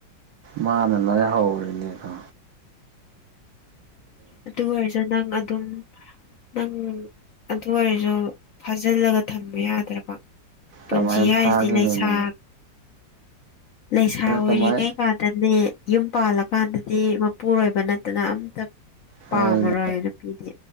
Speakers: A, on the right; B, on the left.
A: ꯃꯥꯥꯅ ꯂꯣꯢ ꯍꯧꯔꯤꯅꯦꯀꯣ
B: ꯑꯗꯨ ꯑꯣꯏꯔꯁꯨ ꯅꯪ ꯑꯗꯨꯝ ꯅꯪ ꯑꯗꯨ ꯑꯣꯏꯔꯁꯨ ꯐꯥꯖꯤꯜꯂꯒ ꯊꯝꯕ ꯌꯥꯗ꯭ꯔꯕ ꯄꯨꯟꯁꯤ
A: ꯀꯃꯥꯏꯅ
B: ꯍꯥꯏꯁꯤ
A: ꯐꯥꯈꯤꯗꯣꯏꯅꯣ
B: ꯂꯩꯁꯥ ꯂꯩꯁꯥ ꯑꯣꯏꯔꯤꯉꯩ
A: ꯀꯃꯥꯏ
B: ꯀꯥꯟꯗꯅꯦ ꯌꯨꯝ ꯄꯥꯜꯂꯀꯥꯟꯗ ꯗꯤ ꯃꯄꯨꯔꯣꯏꯕ ꯅꯠꯇꯅ ꯑꯝꯇ
A: ꯍꯣꯏꯅꯦ
B: ꯄꯥꯝꯃꯔꯣꯏ ꯅꯨꯄꯤꯗꯤ